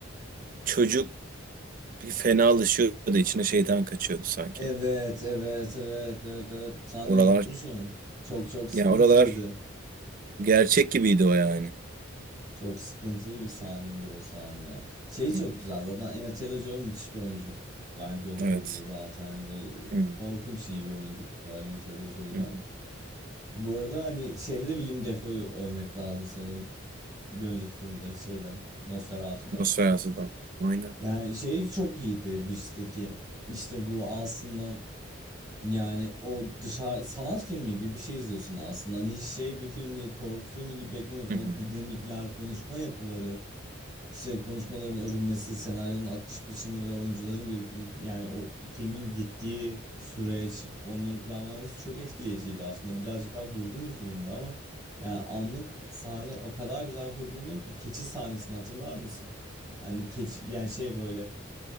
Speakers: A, on the right; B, on the right.
A: çocuk bir fenalaşıyordu. içine şeytan kaçıyordu sanki.
B: Evet, evet, evet, evet, evet. Sahneyi
A: Oralar
B: unutmuşum. Çok çok sıkıntılıydı.
A: ya oralar gerçek gibiydi o yani.
B: Çok sıkıntılı bir sahneydi o sahne ya. Şey çok
A: Hı,
B: güzel zaten Anya Taylor-Joy müthiş bir oyunculuk bence o filmde
A: Evet.
B: zaten hani böyle
A: Hı,
B: korkunç iyi bir oyunculuk var Anya Taylor-Joy'dan.
A: hı.
B: Bu arada hani şeyde de Willem Dafoe'yu övmek lazım sanırım bir önceki filmde şeyde Nosferatu'da.
A: Nosferatu Aynen.
B: Yani şey çok iyiydi Wish'teki işte bu aslında yani o dışarı sanat filmi gibi bir şey izliyorsun aslında. Hani hiç şey bir film değil korku filmi gibi beklemiyorsun.
A: Hı, hı.
B: O dinamikler, konuşma yapıları İşte konuşmaların örülmesi, senaryonun akış biçimi ve oyuncuların bir yani o filmin gittiği süreç, onların planlanması çok etkileyiciydi aslında. Birazcık daha durgun bir filmdi ama yani anlık sahneler o kadar güzel kurgulanıyor ki keçi sahnesini hatırlar mısın? Yani keçi yani şey böyle